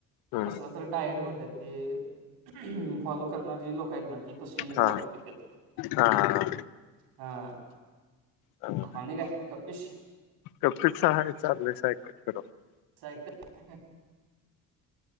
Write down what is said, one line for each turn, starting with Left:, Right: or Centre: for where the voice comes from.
Right: ते
Left: हम्म
Right: कसला तर डायट म्हणतात ते फॉलो करणारी लोक आहेत ना ती तशी
Left: हा
Right: कॉफी पित्यात
Left: हा हा
Right: हा
Left: हा.
Right: आणि काय कपिश
Left: कपीच आहे चाललंय सायकल करून
Right: सायकल